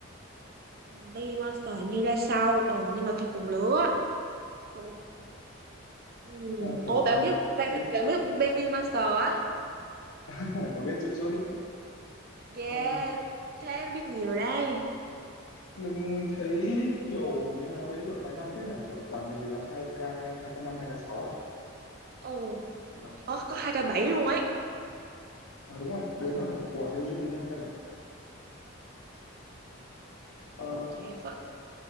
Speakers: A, on the right; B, on the left.
A: Ừ, Baby Monster như ra sau ừ, nhưng mà thật cùng lứa cùng ừ.
B: Ờ, ờ, kiểu
A: Ủa
B: toàn
A: bạn biết bạn,
B: đứng
A: bạn biết Baby Monster á
B: <laughs> có biết chút chút.
A: yeah
B: Ờ,
A: thế biết nhiều rồi đây
B: mình mình thấy kiểu mấy nhóm ấy kiểu tài năng thế là kiểu toàn mấy đứa 2K 2K5 2K6 à.
A: ừ
B: Đó.
A: Ồ, có hai k bảy luôn ấy
B: Ờ, đúng rồi, đứa nhỏ nhất của New Jeans hình như 2K7. Ờ,
A: Trẻ Phất